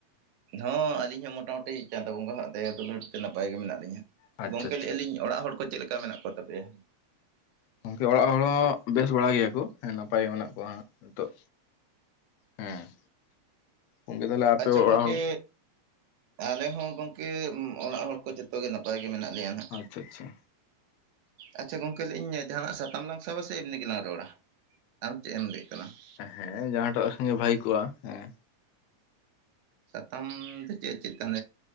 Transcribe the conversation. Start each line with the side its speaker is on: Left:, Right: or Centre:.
Right: ᱦᱚᱸ ᱟᱹᱞᱤᱧ ᱦᱚᱸ ᱢᱳᱚᱴᱟᱢᱩᱴᱤ ᱪᱟᱸᱫᱚ ᱵᱚᱸᱜᱟ ᱦᱟᱸᱜ ᱫᱟᱭᱟ ᱫᱩᱞᱟᱹᱲ ᱛᱮ ᱱᱟᱯᱟᱭ ᱜᱮ ᱢᱮᱱᱟᱜ ᱞᱤᱧᱟ
Left: ᱟᱪᱪᱷᱟ
Right: ᱜᱚᱝᱠᱮ
Left: ᱟᱪᱪᱷᱟ
Right: ᱞᱟᱹᱭᱼᱟ ᱞᱤᱧ ᱚᱲᱟᱜ ᱦᱚᱲ ᱠᱚ ᱪᱮᱫ ᱞᱮᱠᱟ ᱢᱮᱱᱟᱜ ᱠᱚᱛᱟᱯᱮᱭᱟ?
Left: ᱜᱚᱢᱠᱮ ᱚᱲᱟᱜ ᱦᱚᱲ ᱦᱚᱸ ᱵᱮᱥ ᱵᱟᱲᱟ ᱜᱮᱭᱟ ᱠᱚ ᱦᱮᱸ ᱱᱟᱯᱟᱭ ᱜᱮ ᱢᱮᱱᱟᱜ ᱠᱚᱣᱟ ᱦᱟᱸᱜ ᱱᱤᱛᱚᱜ ᱦᱮᱸ ᱜᱚᱝᱠᱮ ᱛᱟᱦᱚᱞᱮ ᱟᱯᱮ
Right: ᱟᱪᱪᱷᱟ ᱜᱚᱝᱠᱮ
Left: ᱚᱲᱟᱜ ᱦᱚᱲ
Right: ᱟᱞᱮ ᱦᱚᱸ ᱜᱚᱝᱠᱮ ᱚᱲᱟᱜ ᱦᱚᱲ ᱠᱚ ᱡᱚᱛᱚ ᱜᱮ ᱱᱟᱯᱟᱭ ᱜᱮ ᱢᱮᱱᱟᱜ ᱞᱮᱭᱟ ᱱᱟᱜ
Left: ᱟᱪᱪᱷᱟ ᱟᱪᱪᱷᱟ
Right: ᱟᱪᱪᱷᱟ ᱜᱚᱝᱠᱮ ᱞᱟ. ᱭᱮᱫ ᱤᱧ ᱡᱟᱦᱟᱱᱟᱜ ᱥᱟᱛᱟᱢ ᱞᱟᱝ ᱥᱟᱵ ᱥᱮ ᱮᱢᱱᱤ ᱜᱮᱞᱟᱝ ᱨᱚᱲᱟ ᱟᱢ ᱪᱮᱫ ᱮᱢ ᱞᱮᱭ ᱮᱫ ᱛᱟᱞᱟᱝ ᱟ
Left: ᱦᱮᱸ ᱡᱟᱦᱟᱸᱴᱟᱜ ᱮᱠᱷᱟᱱᱜᱮ ᱵᱷᱟᱹᱜᱤ ᱠᱚᱜᱼᱟ ᱦᱮᱸ
Right: ᱥᱟᱛᱟᱢ ᱫᱚ ᱪᱮᱫ ᱪᱮᱫᱟᱱ